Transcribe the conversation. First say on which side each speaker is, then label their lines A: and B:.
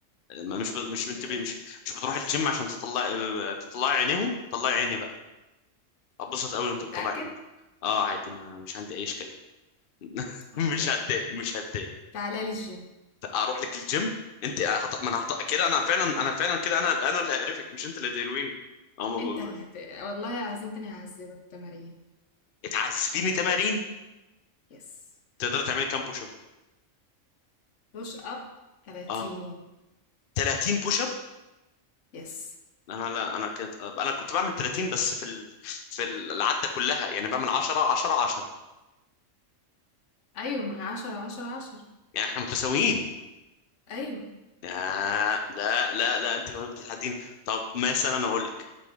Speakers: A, on the left; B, on the left.
A: آه، ما- مش ب...
B: اوكي
A: مش انت ب... مش مش بتروح الجيم عشان تطلع تطلعي عينيهم طلعي عيني بقى اتبسط قوي وانت بتطلع
B: متأكد
A: عيني اه عادي ما مش عندي اي اشكاليه <laughs>
B: اوكي
A: مش هتضايق مش هتضايق
B: تعالى لي الجيم
A: اروح لك الجيم انت هط... ما انا هط... كده انا فعلا انا فعلا كده انا انا اللي هقرفك مش انت اللي هتقرفيني اه ما ب-
B: انت اللي هت... والله العظيم تاني هعذبك تمارين
A: اتعذبيني تمارين
B: يس
A: تقدر تعملي كام بوش اب
B: بوش اب 30
A: اه 30 بوش اب
B: يس
A: انا لا انا كنت انا كنت بعمل 30 بس في ال... في العده كلها يعني بعمل 10 10 10
B: ايوه ما هي 10 10 10
A: يعني احنا متساويين
B: ايوه
A: آه لا لا لا انت كمان بتتحديني طب مثلا اقول لك